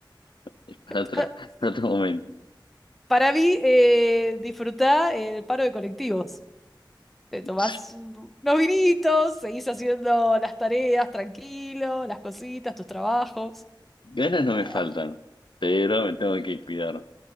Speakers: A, on the left (about 70°); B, in the centre.
A: <laughs> es para
B: <laughs>
A: otra, para otro momento.
B: Para mí, eh, disfrutá el paro de colectivos. Te tomás
A: Sí,
B: un- unos vinitos, seguís haciendo las tareas tranquilo, las cositas, tus trabajos.
A: ganas no
B: Nada.
A: me faltan, pero me tengo que cuidar.